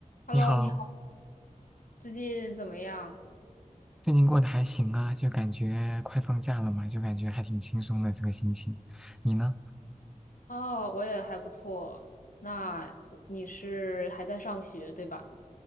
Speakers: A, on the left; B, in the centre.
A: Hello，
B: 你好，
A: 你好，最近怎么样？
B: 最近过得还行啊，就感觉快放假了嘛，就感觉还挺轻松的这个心情。你呢？
A: 哦，我也还不错。那你是还在上学，对吧？